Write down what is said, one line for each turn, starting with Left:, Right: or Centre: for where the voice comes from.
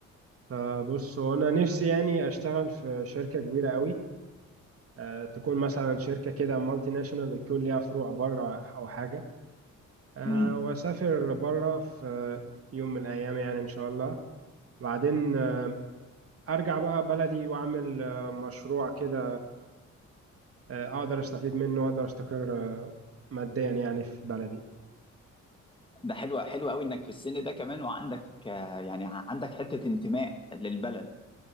Right: فبص هو انا نفسي يعني اشتغل في شركه كبيره قوي أه تكون مثلا شركه كده مالتي ناشونال تكون ليها فروع بره او حاجه أه
Left: مم.
Right: واسافر بره في يوم من الايام يعني ان شاء الله بعدين آه، ارجع بقى بلدي واعمل آه، مشروع كده آه، اقدر استفيد منه واقدر استقر آه، ماديا يعني في بلدي
Left: ده حلو حلو قوي انك في السن ده كمان وعندك آه، يعني ع- عندك حتة انتماء للبلد